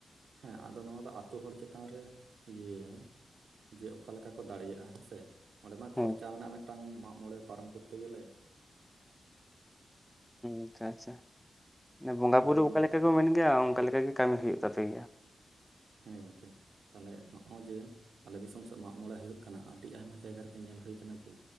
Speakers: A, on the right; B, in the centre.
A: ᱦᱮᱸ ᱟᱫᱚ ᱱᱚᱣᱟ ᱫᱚ ᱟᱹᱛᱳ ᱦᱚᱲ ᱪᱮᱛᱟᱱ ᱨᱮ ᱤᱭᱟᱹᱭᱟᱭ ᱡᱮ ᱚᱠᱟ ᱞᱮᱠᱟ ᱠᱚ ᱫᱟᱲᱮᱭᱟᱜᱼᱟ ᱦᱮᱸ ᱥᱮ ᱚᱸᱰᱮ ᱢᱟ
B: ᱦᱮᱸ
A: ᱠᱷᱚᱨᱪᱟ ᱢᱮᱱᱟᱜ ᱢᱤᱫᱴᱟᱝ ᱢᱟᱜ ᱢᱚᱬᱮ ᱯᱟᱨᱚᱢ ᱠᱚᱨᱛᱮ ᱜᱮᱞᱮ
B: ᱟᱪᱪᱷᱟ ᱟᱪᱪᱷᱟ ᱵᱚᱸᱜᱟ
A: ᱛᱟᱦᱚᱞᱮ
B: ᱵᱩᱨᱩ
A: ᱜᱚᱢᱠᱮ
B: ᱚᱠᱟ ᱞᱮᱠᱟ ᱠᱚ ᱢᱮᱱ ᱜᱮᱭᱟ ᱚᱱᱠᱟ ᱞᱮᱠᱟ ᱜᱮ ᱠᱟᱹᱢᱤ ᱦᱩᱭᱩᱜ ᱛᱟᱯᱮ ᱜᱮᱭᱟ
A: ᱦᱮᱸ ᱜᱚᱝᱠᱮ ᱛᱟᱦᱞᱮ ᱱᱚᱜᱼᱚᱭ ᱡᱮ ᱟᱞᱮ ᱫᱤᱥᱚᱢ ᱥᱮᱫ ᱢᱟᱜ ᱢᱚᱬᱮ ᱦᱩᱭᱩᱜ ᱠᱟᱱᱟ ᱟᱹᱰᱤ ᱟᱭᱢᱟ ᱡᱟᱭᱜᱟ ᱨᱮᱜᱮ ᱧᱮᱞ ᱦᱩᱭ ᱠᱟᱱᱟ ᱡᱮ